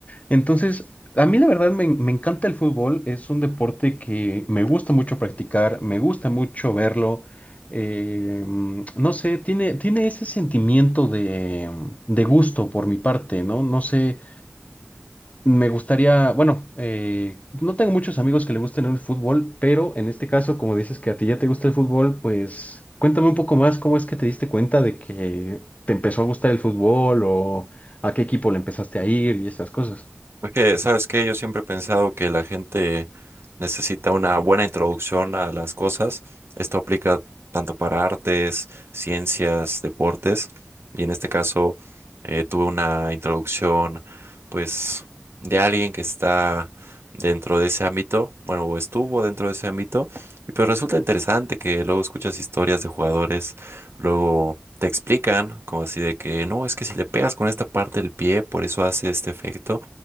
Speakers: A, on the left; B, on the right.
A: Entonces, a mí la verdad me, me encanta el fútbol, es un deporte que me gusta mucho practicar, me gusta mucho verlo, eh, mm, no sé, tiene, tiene ese sentimiento de, de gusto por mi parte, ¿no? No sé, me gustaría, bueno, eh, no tengo muchos amigos que le gusten el fútbol, pero en este caso, como dices que a ti ya te gusta el fútbol, pues cuéntame un poco más cómo es que te diste cuenta de que te empezó a gustar el fútbol o a qué equipo le empezaste a ir y esas cosas.
B: Porque, ¿sabes qué? Yo siempre he pensado que la gente necesita una buena introducción a las cosas. Esto aplica tanto para artes, ciencias, deportes. Y en este caso, eh, tuve una introducción, pues, de alguien que está dentro de ese ámbito, bueno, o estuvo dentro de ese ámbito. Y pues resulta interesante que luego escuchas historias de jugadores, luego te explican, como así de que, no, es que si le pegas con esta parte del pie, por eso hace este efecto.